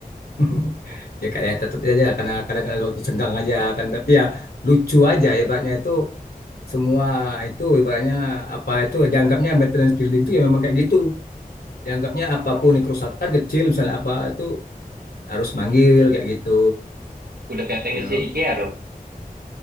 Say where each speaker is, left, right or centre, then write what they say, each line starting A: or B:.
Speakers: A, on the left (about 80°); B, on the right (about 80°).
A: <laughs> Ya kayak tetap aja karena kadang-kadang ada waktu senggang aja kan. Tapi ya lucu aja ibaratnya itu semua itu ibaratnya apa itu dianggapnya maintenance building itu ya memang kayak gitu. Dianggapnya apapun ini kerusakan kecil misalnya apa itu harus manggil kayak gitu.
B: Udah kayak teknisi
A: Ya,
B: IKEA dong.